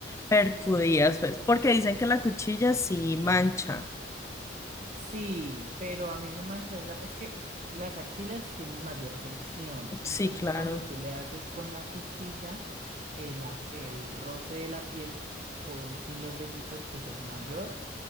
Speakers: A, on the left; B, on the right.
A: percudías, pues, porque dicen que la cuchilla sí mancha.
B: Sí, pero a mí me manchas la... Es que las axilas tienen mayor fricción, entonces
A: Sí, claro.
B: cuando tú le haces con la cuchilla, el, ap- el roce de la piel co- con, sin los vellitos pues es mayor